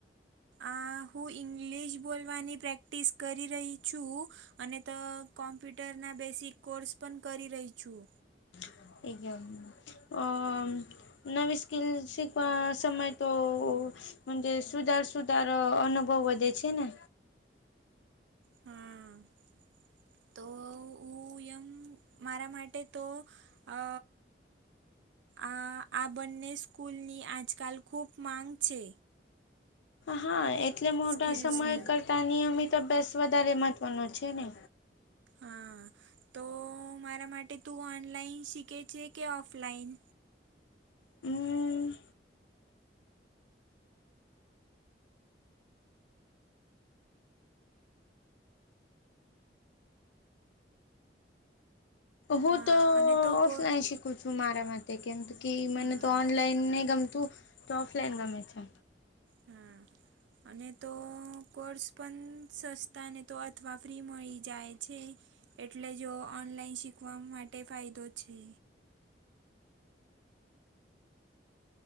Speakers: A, on the right; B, on the left.
A: આ હું ઇંગ્લિશ બોલવાની પ્રેક્ટિસ કરી રહી છું અને તો કોમ્પ્યુટરના બેસિક કોર્સ પણ કરી રહી છું.
B: <unintelligible> નવી સ્કિલ શીખવા સમય તો મજે સુધાર સુધાર અનુભવ વધે છે ને
A: હમ્મ તો હું એમ મારા માટે તો અ આ આ બંને સ્કૂલની આજકાલ ખૂબ માંગ છે.
B: હા એટલે મોટા
A: સ્કિલ્સની.
B: સમય કરતા નિયમિત અભ્યાસ વધારે મહત્વનો છે ને.
A: હા તો મારા માટે તું ઓનલાઈન શીખે છે કે ઓફલાઈન
B: હમ્મ હું
A: હા
B: તો
A: અને તો
B: ઓફલાઈન
A: કો
B: શીખું છું મારા માટે કેમ કે મને
A: હા
B: તો ઓનલાઈન નઈ ગમતું તો ઓફલાઈન ગમે છે.
A: હમ્મ અને તો કોર્સ પન સસ્તા ને તો અથવા ફ્રી મળી જાય છે. એટલે જો ઓનલાઈન શીખવા માટે ફાયદો છે.